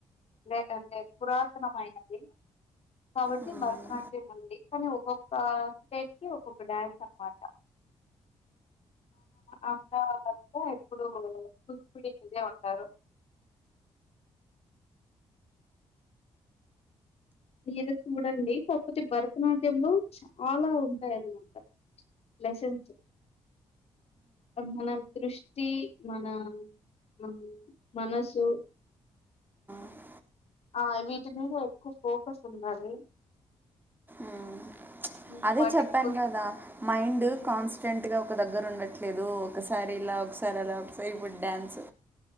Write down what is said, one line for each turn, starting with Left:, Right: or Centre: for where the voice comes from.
Left: నే అంటే పురాతనమైనది కాబట్టి
Right: ఉమ్.
Left: భరతనాట్యం ఉంది కానీ ఒక్కొక్క స్టేట్ కి ఒక్కొక్క డ్యాన్స్ అనమాట అ ఉ ఇప్పుడు కూచిపూడి వినే ఉంటారు మీరు చూడండి కాపోతే భరతనాట్యంలో చాలా ఉంటాయిన్నమాట లెసన్స్ మన దృష్టి మన ఆ మనసు
Right: ఆ.
Left: ఆ వీటి మీద ఎక్కువ ఫోకస్ ఉండాలి
Right: మ్మ్.
Left: హ్మ్.
Right: అదే
Left: వాటిని
Right: చెప్పాను
Left: గు
Right: కదా మైండ్ కాన్స్ ఫ్రెంట్గా ఒక దగ్గర ఉండట్లేదు ఒకసారి ఇలా ఒకసారి అలా ఒకసారి ఇప్పుడు డ్యాన్స్